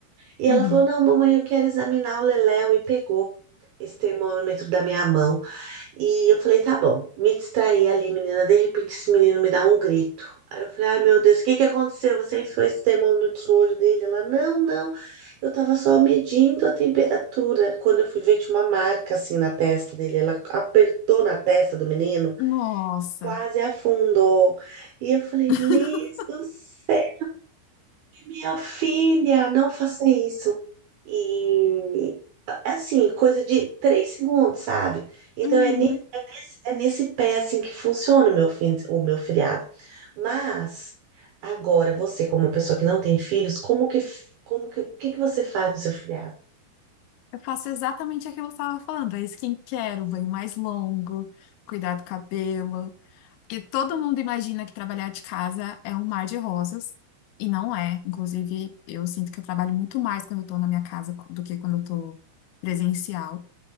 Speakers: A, on the right; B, on the left.
A: E ela
B: uhum.
A: falou: Não, mamãe, eu quero examinar o Leléu. E pegou esse termômetro da minha mão. E eu falei, tá bom, me distraí ali, menina. De repente, esse menino me dá um grito. Aí eu falei, ai meu Deus, o que que aconteceu? Você enfiou esse termômetro no olho dele? Ela, não, não, eu tava só medindo a temperatura. Quando eu fui ver, tinha uma marca assim na testa dele. Ela apertou na testa do menino,
B: Nossa.
A: quase afundou. E eu falei,
B: <laughs>
A: Liz do céu, minha filha, não faça isso. E assim, coisa de três segundos, sabe? Então
B: Uhum.
A: é é nesse pé assim que funciona o meu fim, o meu feriado. Mas agora você, como uma pessoa que não tem filhos, como que como que o que que você faz no seu feriado?
B: Eu faço exatamente aquilo que eu estava falando. É skincare, o banho mais longo, cuidar do cabelo. Porque todo mundo imagina que trabalhar de casa é um mar de rosas. E não é. Inclusive, eu sinto que eu trabalho muito mais quando eu estou na minha casa do que quando eu estou presencial.